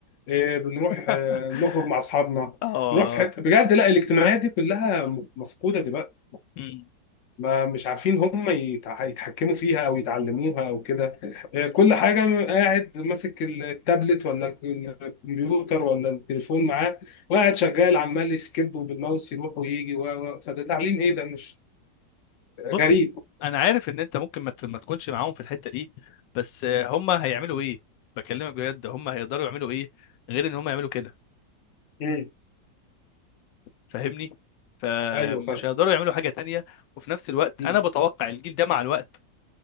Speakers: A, on the left; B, on the left.
A: إيه، بنروح
B: <laughs>
A: آه، نخرج مع اصحابنا
B: اه
A: نروح في حته بجد لا الاجتماعيات دي كلها م- مفقوده دلوقتي
B: م-
A: ما مش عارفين هم يتع- يتحكموا فيها او يتعلموها او كده آه، <laughs>
B: م-
A: كل حاجه م- قاعد ماسك التابلت ولا ال- الكمبيوتر ولا التليفون معاه وقاعد شغال عمال يسكيب وبالماوس يروح ويجي و و- فده تعليم ايه ده مش
B: بص
A: غريب
B: انا عارف ان انت ممكن ما ت- ما تكونش معاهم في الحته دي بس آه، هم هيعملوا ايه بكلمك بجد هم هيقدروا يعملوا ايه غير ان هم يعملوا كده
A: مم.
B: فاهمني فمش
A: ايوه فاهم
B: هيقدروا يعملوا حاجه تانية وفي نفس الوقت
A: مم.
B: انا بتوقع الجيل ده مع الوقت